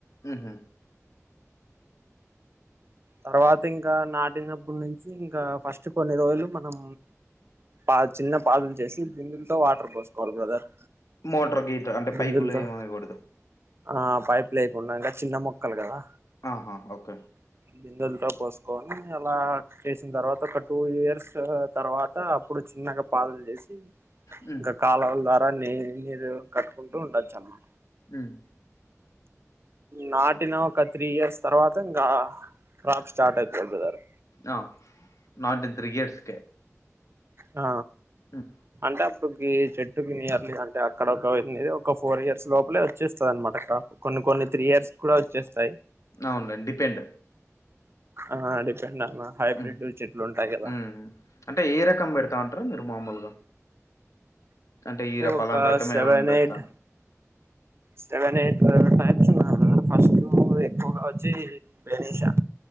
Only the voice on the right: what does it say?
తర్వాత ఇంకా నాటినం అప్పుడు నుంచి ఇంకా ఫస్ట్ కొన్ని రోజులు మనం పా చిన్న పాదులు చేసి బిందులతో వాటర్ పోసుకోవాలి బ్రదర్
బిందులతో
ఆ పైపు లేకుండానే చిన్న మొక్కలు కదా
బిందులతో పోసుకొని అలా చేసిన తర్వాత ఒక టూ ఇయర్స్ తర్వాత అప్పుడు చిన్నగా పాదులు చేస్
ఇంకా కాల్వల దా దాన్ని మీరు కట్టుకుంటూ ఉండొచ్చు అన్మాట
నాటిన ఒక త్రీ ఇయర్స్ తర్వాత ఇంకా క్రాప్ స్టార్ట్ అయితది బ్రదరు
ఆ
అంటే అప్పుడుకి చెట్టుకి నియర్లీ అంటే అక్కడొక ఒక ఫోర్ ఇయర్స్ లోపలే వచ్చేస్తదనమాట కొన్ని కొన్ని త్రీ ఇయర్స్ కూడా వచ్చేస్తాయి
ఆ అదే హైబ్రిడ్
చెట్లు ఉంటాయి కదా
ఒక
సెవెన్
ఎయిట్ సెవెన్ ఎయిట్ టైమ్స్ ఆ ఫస్ట్ ఎక్కువగా వచ్చి <unintelligible>